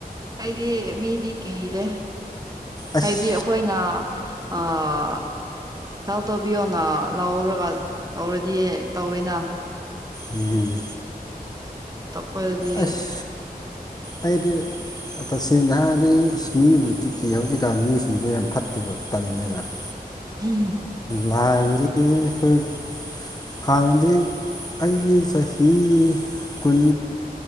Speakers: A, on the right; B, on the left.
A: ꯑꯩꯗꯤ ꯃꯤꯗꯤ ꯀꯤꯗ‌ꯦ
B: ꯑꯁ
A: ꯍꯥꯏꯗꯤ ꯑꯩꯈꯣꯏꯅ ꯑꫭ ꯍꯦꯜꯞ ꯇꯧꯕꯤꯌꯣꯅ ꯂꯧꯔꯒ ꯇꯧꯔꯗꯤ ꯇꯧꯋꯦꯅ
B: ꯎꯝ꯫
A: ꯇꯄꯣꯏꯗꯤ <unintelligible>
B: ꯑꯁ ꯑꯩꯗꯤ ꯇꯁꯦꯡꯅ ꯍꯥꯏꯔꯗꯤ ꯑꯁ ꯃꯤꯕꯨꯗꯤ ꯀꯤ ꯍꯧꯖꯤꯛꯀꯥꯟ ꯃꯤꯁꯤꯡꯁꯦ ꯌꯥꯝ ꯐꯠꯇꯦꯕ ꯇꯜꯂꯦꯅ <inaudible>
A: ꯎꯝ
B: ꯂꯥꯏꯕꯔꯤ <unintelligible> ꯑꯩꯈꯣꯏ ꯍꯥꯟꯅꯗꯤ ꯑꯩꯗꯤ ꯆꯍꯤ ꯀꯨꯟ